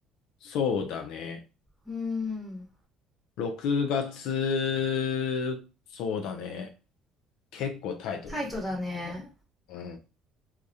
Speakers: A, on the left (about 80°); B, in the centre.
A: そうだね。
B: うん。
A: 6月、そうだね。結構タイトだね。
B: タイトだね。
A: うん。うん。